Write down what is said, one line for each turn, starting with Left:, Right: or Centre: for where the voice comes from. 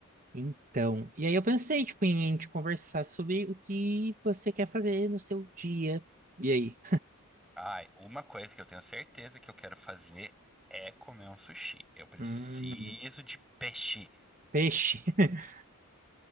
Right: Então, e aí eu pensei, tipo, em te conversar sobre o que você quer fazer no seu dia. E aí?
Centre: Ai, uma coisa que eu tenho certeza que eu quero fazer é comer um sushi. Eu preciso
Right: Hum,
Centre: de peixe.
Right: peixe. <laughs>